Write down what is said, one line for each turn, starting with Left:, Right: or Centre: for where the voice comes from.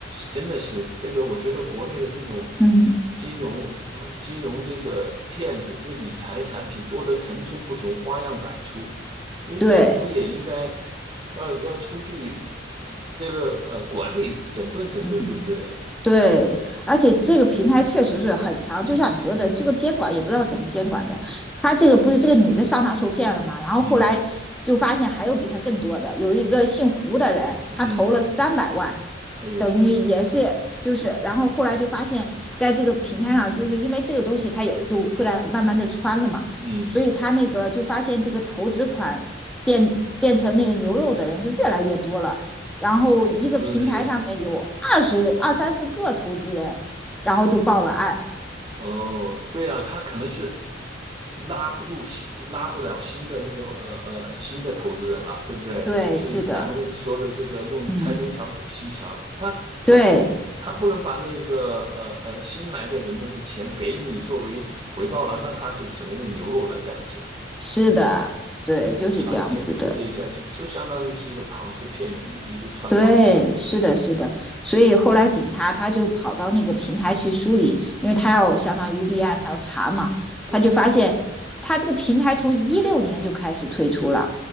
Right: 真的是这个，我觉得国内的这种
Centre: 嗯，
Right: 金融呃金融这个骗子，这个理财产品多得层出不穷，花样百出。我觉得政府也应该
Centre: 对，
Right: 要要出去这个呃管理整顿整顿，
Centre: 嗯，
Right: 对不对？
Centre: 对，而且这个平台确实是很长，就像你说的，这个监管也不知道怎么监管的。他这个不是这个女的上当受骗了嘛？然后后来就发现还有比他更多的，
Right: 嗯
Centre: 有一个姓胡的人，
Right: 嗯，
Centre: 他投了三百万。
Right: 哎呦，
Centre: 等于也是就是，然后后来就发现，在这个平台上，就是因为这个东西它有就会来慢慢的穿了嘛，
Right: 嗯。
Centre: 所以他那个就发现这个投资款变变成那个牛肉的人就越来越多了，然后一个平台上面有二十二三十个投资人，
Right: 对，
Centre: 然后都报了案。
Right: 哦，对啊，他可能是拉不住新，拉不了新的那个呃呃新的投资人了，对不对？
Centre: 对，
Right: 就是咱们说的这个用拆东墙补西墙，
Centre: 是的，嗯，
Right: 他他不他不能把那个呃呃新来的人的那个钱给你作为回报了，
Centre: 对，
Right: 那他就只能用牛肉来代替了，
Centre: 是的，对，
Right: 这不就串一下，
Centre: 就是这样子的。
Right: 这一下就就相当于是一个庞氏骗局，一个穿帮了，
Centre: 对，是的，是的，所以后来警察他就跑到那个平台去梳理，因为他要相当于立案，他要查嘛，他就发现他这个平台从一六年就开始推出了，
Right: 对。